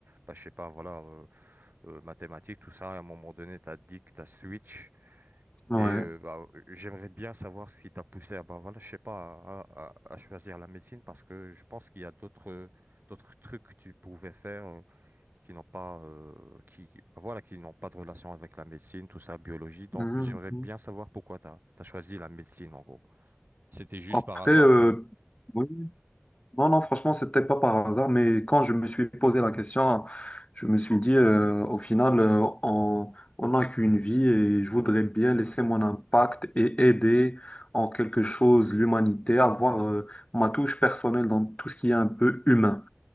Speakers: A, on the right (about 50°); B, on the left (about 30°).
A: ben, je sais pas, voilà, euh, euh, mathématiques, tout ça. Et à un moment donné, t'as dit que t'as switch.
B: Ouais.
A: Et euh, bah, j'aimerais bien savoir ce qui t'a poussé à, bah, voilà, je sais pas, à, à- à choisir la médecine parce que je pense qu'il y a d'autres euh, d'autres trucs que tu pouvais faire euh, qui n'ont pas euh, qui qui- bah, voilà qui n'ont pas de relation avec la médecine, tout ça, biologie. Donc
B: Mhm,
A: j'aimerais
B: mhm.
A: bien savoir pourquoi t'as t'as choisi la médecine en gros. C'était juste
B: Après,
A: par hasard
B: euh,
A: ou?
B: oui. Non, non, franchement, c'était pas par hasard, mais quand je me suis posé la question, je me suis dit, euh, au final, euh, on, on n'a qu'une vie et je voudrais bien laisser mon impact et aider en quelque chose l'humanité, avoir, euh, ma touche personnelle dans tout ce qui est un peu humain.